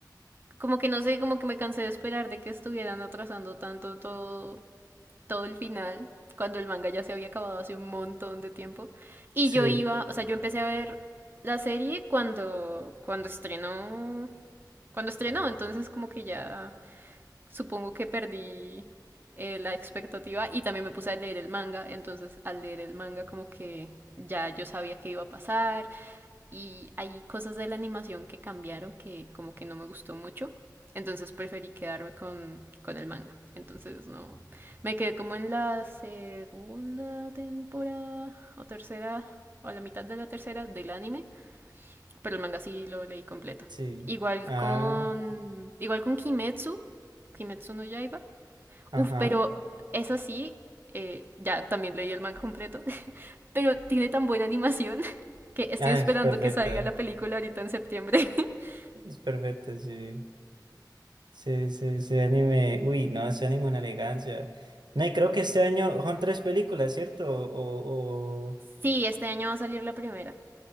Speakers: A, on the right; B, on the right.
A: como que no sé, como que me cansé de esperar de que estuvieran atrasando tanto todo, todo el final, cuando el manga ya se había acabado hace un montón de tiempo. Y
B: Sí,
A: yo iba, o sea, yo empecé a ver la serie cuando, cuando estrenó, cuando estrenó, entonces como que ya supongo que perdí eh, la expectativa y también me puse a leer el manga, entonces al leer el manga como que ya yo sabía qué iba a pasar y hay cosas de la animación que cambiaron que como que no me gustó mucho, entonces preferí quedarme con, con el manga. Entonces no. Me quedé como en la segunda temporada o tercera o a la mitad de la tercera del anime, pero el manga sí lo leí completo.
B: sí.
A: Igual
B: Ah,
A: con igual con Kimetsu, Kimetsu no Yaiba,
B: ajá.
A: Uf, pero es así. eh, ya también leí el manga completo. <laughs> Pero tiene tan buena animación <laughs> que estoy
B: Ah,
A: esperando
B: es perfecta,
A: que salga la película ahorita en septiembre. <laughs>
B: es perfecta, sí. Sí, sí, ese anime, uy, no, ese anime es una elegancia. No, y creo que este año son tres películas, ¿cierto? O, o...
A: Sí, este año va a salir la primera.